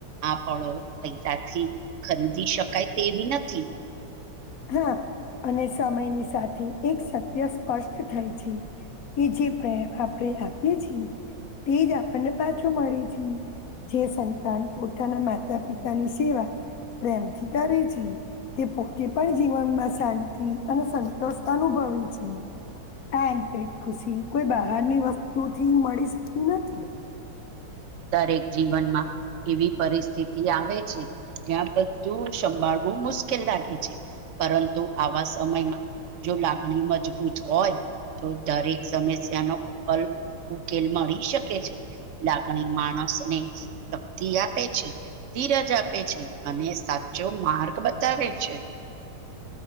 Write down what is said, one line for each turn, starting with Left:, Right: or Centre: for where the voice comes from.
Right: આ ફળો પૈસાથી ખરીદી શકાય તેવી નથી
Left: હા અને સમયની સાથે એક સત્ય સ્પષ્ટ થાય છે. એ જે પ્રેમ આપણેે આપીએ છીએ તેજ આપણને પાછું મળે છે. જે સંતાન પોતાના માતા પિતા ની સેવા પ્રેમ કરે છે તે પોતે પણ જીવનમાં શાંતિ અને સંતોષ અનુભવે છે. આ આંતરિક ખુશી કોઈ બહારની વસ્તુ થી મળી શકતી નથી
Right: દરેક જીવનમાં એવી પરિસ્થિતિ આવે છે જ્યાં બધું સંભાળવું મુશ્કેલ લાગે છે. પરંતુ આવા સમયમાં જો લાગણી મજબૂત હોય તો દરેક સમસ્યાનોો ઉકેલ ઉકેલ મળી શકે છે. અને માણસ ને શક્તિ આપે છે. ધીરજ આપે છે અને સાચો માર્ગ બતાવે છે.